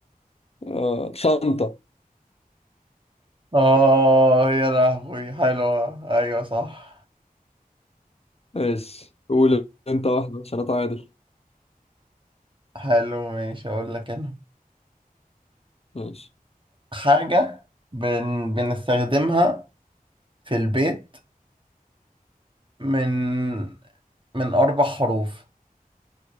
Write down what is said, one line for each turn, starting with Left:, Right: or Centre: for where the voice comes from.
Left: آه شنطة
Right: آه يا لهوي حلوة أيوة صح
Left: ايش قول انت واحدة عشان اتعادل
Right: حلو ماشي أقول لك أنا
Left: ماشي
Right: حاجة بن... بنستخدمها في البيت من من أربع حروف